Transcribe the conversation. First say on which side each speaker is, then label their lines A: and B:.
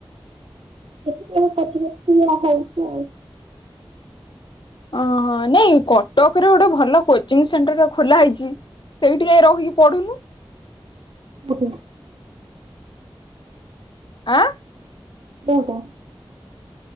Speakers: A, on the right; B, on the left.
A: ଏଠି କାଇଁ ବସିବି ଠିଆ ହେଇଛି ଆଉ।
B: ଓହୋ ନାଇଁ କଟକରେ ଗୋଟେ ଭଲ କୋଚିଂ ସେଣ୍ଟର ଖୋଲା ହେଇଚି। ସେଇଠି ଯାହିଁ ରହିିକି ପଢୁନୁ।
A: ହ <unintelligible>
B: ଆଁ।
A: ପୋଉଟା।